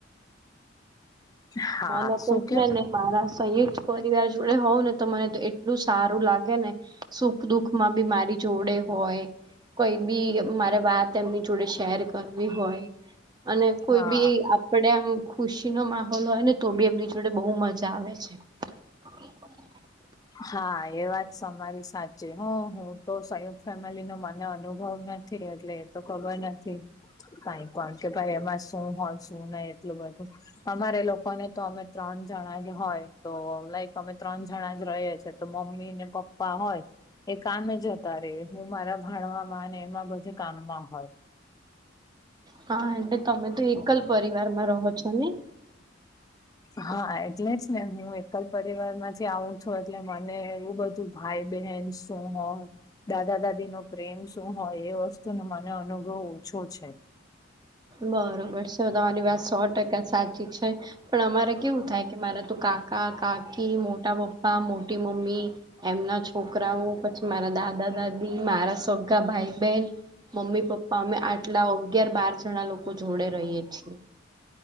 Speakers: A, on the left; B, on the right.
A: હા,
B: મને તો
A: શું
B: છે
A: કેવ
B: ને. મારા સંયુક્ત પરિવાર જોડે હોવ ને, તો મને તો એટલું સારું લાગે ને. સુખ દુઃખ માં બી મારી જોડે હોય. કોઈ બી મારે વાત એમની જોડે શેર કરવી હોય. અને કોઈ
A: હા
B: બી આપડે એમ ખુશી નો માહોલ હોય ને તો બી એમની જોડે બહુ મજા આવે છે. <inaudible>
A: હા એ વાત સમારી સાચી હો હું તો સંયુત ફેમિલી નો મને અનુભવ ન એટલે એ તો ખબર નથી. કઈ પણ કે, ભાઈ એમાં શું હોય? શું નહી એટલું બધું અમારે લોકો અને તો અમે ત્રણ જણા જ હોય, તો લાઈક અમે ત્રણ જણા જ રહીએ છે. તો મમ્મી ને પપ્પા હોય એ કામે જ હતા રે. હું મારા ભાણવામાં અને એમાં બધી કામમાં હોય.
B: હા. એટલે તમે તો એકલ પરિવાર માં રહો છો ને?
A: હા એટલે જ ને. હું એકલ પરિવાર માંથી આવું છું એટલે મને એવું બધું ભાઈ બહેન શું હ દાદા દાદી નો પ્રેમ શું હોય એ વસ્તુ ન મને અનુભવ ઓછો છે.
B: બરોબર છે તમારી વાત સો ટકા સાચી છે. પણ અમારે કેવું થાય કે મારા તો કાકા કાકી મોટા પપ્પા મોટી મમ્મી. એમના છોકરાઓ પછી મારા દાદા દાદી મારા સગા ભાઈ બહેન. મમ્મી પપ્પા અમે આટલા અગિયાર બાર જણા લોકો જોડે રહીએે છીએ.